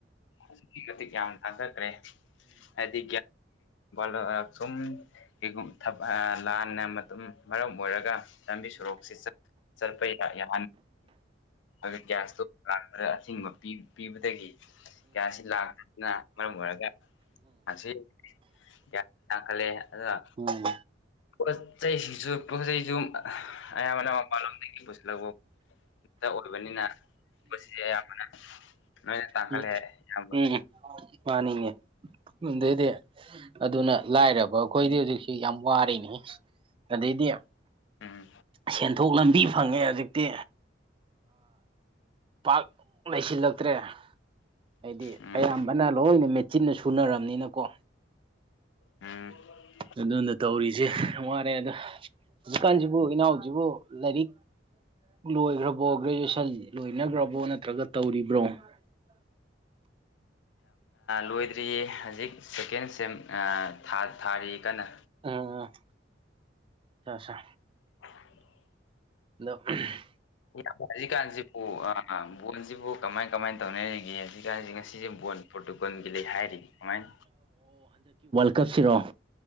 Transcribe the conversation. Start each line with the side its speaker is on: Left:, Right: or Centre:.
Left: ꯑꯛꯀꯤ ꯃꯇꯤꯛ ꯌꯥꯝ ꯇꯥꯖꯈ꯭ꯔꯦ ꯍꯥꯏꯗꯤ ꯂ ꯆꯨꯝ ꯀꯦꯒꯨꯝ ꯊꯕꯛ ꯑ ꯂꯥꯟꯅ ꯃꯇꯝ ꯃꯔꯝ ꯑꯣꯏꯔꯒ ꯂꯝꯕꯤ ꯁꯣꯔꯣꯛꯁꯤ ꯆꯠ ꯁꯜꯄ ꯌꯥ ꯌꯥ ꯑꯗꯨ ꯒ꯭ꯌꯥꯁ ꯏꯁꯇꯣꯞ ꯂꯥꯛꯄꯗ ꯑꯊꯤꯡꯕ ꯄꯤꯕ ꯄꯤꯕꯗꯒꯤ ꯀꯌꯥꯁꯤ ꯂꯥꯛꯄꯁꯤꯅ ꯃꯔꯝ ꯑꯣꯏꯔꯒ ꯑꯁꯤ ꯒ꯭ꯌꯥꯁ ꯇꯥꯡꯈꯠꯂꯦ ꯑꯗꯨꯅ
Right: ꯎꯝ
Left: ꯄꯣꯠ ꯆꯩꯁꯤꯡꯁꯨ ꯄꯣꯠ ꯆꯩꯩꯁꯨ ꯑꯌꯥꯝꯕꯅ ꯃꯄꯥꯟꯂꯣꯝꯗꯒꯤ ꯄꯨꯁꯤꯜꯂꯛꯄ ꯗ ꯑꯣꯏꯕꯅꯤꯅꯁꯤ ꯑꯌꯥꯝꯕꯅ ꯂꯣꯏꯅ ꯇꯥꯡꯈꯠꯂꯦ
Right: ꯎꯝ
Left: ꯏꯌꯥꯝꯕ
Right: ꯎꯝ ꯃꯥꯅꯤꯅꯦ ꯑꯗꯩꯗꯤ ꯑꯗꯨꯅ ꯂꯥꯏꯔꯕ ꯑꯩꯈꯣꯏꯗꯤ ꯍꯧꯖꯤꯛꯁꯤ ꯌꯥꯝ ꯋꯥꯔꯅꯤ ꯑꯗꯩꯗꯤ
Left: ꯎꯝ
Right: ꯁꯦꯟꯊꯣꯛ ꯂꯝꯕꯤ ꯐꯪꯉꯦ ꯍꯧꯖꯤꯛꯇꯤ ꯄꯥꯛ ꯂꯩꯁꯤꯜꯂꯛ ꯇ꯭ꯔꯦ ꯍꯥꯏꯗꯤ
Left: ꯎꯝ
Right: ꯑꯌꯥꯝꯕꯅ ꯂꯣꯏꯅ ꯃꯦꯆꯤꯟꯅ ꯁꯨꯅꯔꯝꯅꯤꯅꯀꯣ
Left: ꯎꯝ
Right: ꯑꯗꯨꯅ ꯇꯧꯔꯤꯖꯦ ꯌꯥꯝ ꯋꯥꯔꯦꯗ ꯍꯧꯖꯤꯛꯀꯥꯟꯖꯤꯕꯨ ꯏꯅꯥꯎꯖꯤꯕꯨ ꯂꯥꯏꯔꯤꯛ ꯂꯣꯏꯈ꯭ꯔꯕꯣ ꯒ꯭ꯔꯦꯖꯨꯑꯦꯁꯟ ꯂꯣꯏꯅꯈ꯭ꯔꯕꯣ ꯅꯠꯇ꯭ꯔꯒ ꯇꯧꯔꯤꯕ꯭ꯔꯣ <unintelligible>
Left: ꯂꯣꯏꯗ꯭ꯔꯤꯌꯦ ꯍꯧꯖꯤꯛ ꯁꯦꯀꯦꯟ ꯁꯦꯝ ꯊꯥꯔꯤ ꯀꯟꯅ
Right: ꯎꯝ ꯎꯝ ꯑꯆꯥ ꯁꯥ
Left: <inaudible>
Right: ꯑ <unintelligible>
Left: ꯌꯥꯝ ꯍꯧꯖꯤꯛꯀꯥꯟꯁꯤꯕꯨ ꯑ ꯕꯣꯟꯖꯤꯕꯨ ꯀꯃꯥꯏ ꯀꯃꯥꯏ ꯇꯧꯅꯔꯤ ꯑꯦ ꯑꯁꯤ ꯀꯥꯟꯖꯦ ꯉꯁꯤꯁꯦ ꯕꯣꯟ ꯄꯣꯔꯇꯨꯀꯜꯒꯤ ꯂꯩ ꯍꯥꯏꯔꯤ ꯀꯃꯥꯏꯅ
Right: ꯀꯠꯁꯤꯔꯣ